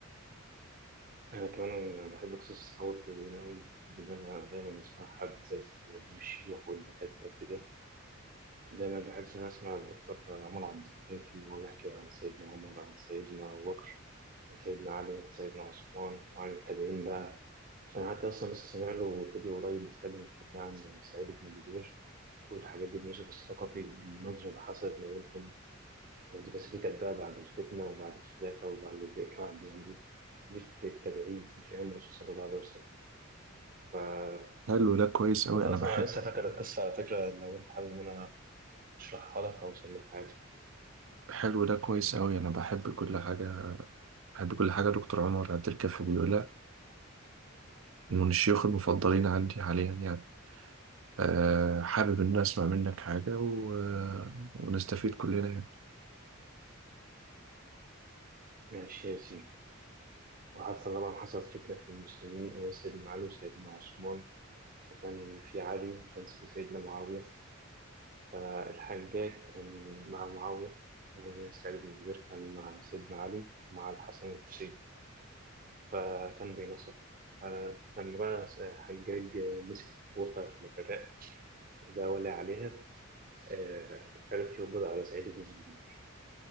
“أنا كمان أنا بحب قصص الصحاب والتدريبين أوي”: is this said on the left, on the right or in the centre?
Right